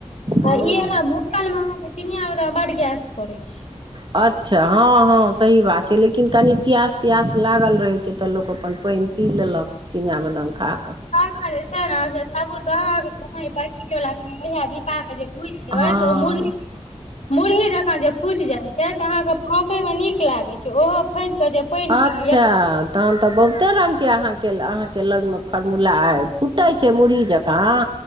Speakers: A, on the right (about 40°); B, on the left (about 65°).
A: हँ
B: आ ई एना भूखल में आहांके चिनिया बादाम बड गैस करै छी।
A: अच्छा हँ-हँ सही बात छै, लेकिन कनि प्यास प्यास लागल रहै छै, तऽ लोक अपन पानि पी लेलक, चिनिआ बादाम खा कऽ।
B: आ जे छैन से साबुरदाना के पैकेट बला <unintelligible> पटा क जे भूइज देबय
A: हँ
B: त ओय त मुरही मुरही जंका जे फुटि जाइत छै, तऽ अहाँकेँ फाँकयमे नीक लागैत छै, ओहो फाइक कऽ जे पानि
A: अच्छा
B: पी लिअ।
A: तहन तऽ बहुते रङ्गके अहाँके-अहाँके लगमे फॉर्मुला अइ फू टैइ छै मुड़ही जकाँ